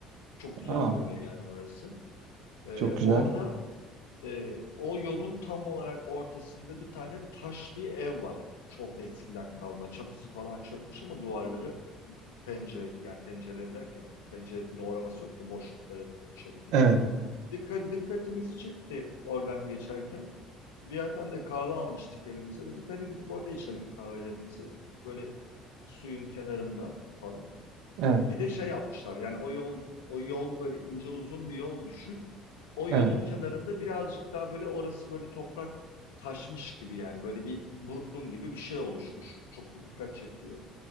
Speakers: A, on the left; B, on the right.
A: Çok güzel
B: Aa,
A: görünüyor yani orası. Ee,
B: çok güzel.
A: orada e, o yolun tam olarak ortasında bir tane taş bir ev var. Çok eskiden kalma. Çatısı falan çökmüş ama duvarları pencere yani pencereleri derken pencere doğraması yok da boşlukları şeklinde.
B: Evet,
A: Dikkat, dikkatimizi çekti oradan geçerken. Bir yerden de kahve almıştık elimize. Dedik hadi gidip orada içelim kahvelerimizi. Böyle suyun kenarında falan.
B: evet,
A: Bir de şey yapmışlar yani o yol o yol böyle ince uzun bir yol düşün. O
B: evet.
A: yolun kenarında birazcık daha böyle orası böyle toprak taşmış gibi yani böyle bir burun gibi bir şey oluşmuş. Çok dikkat çekiyor.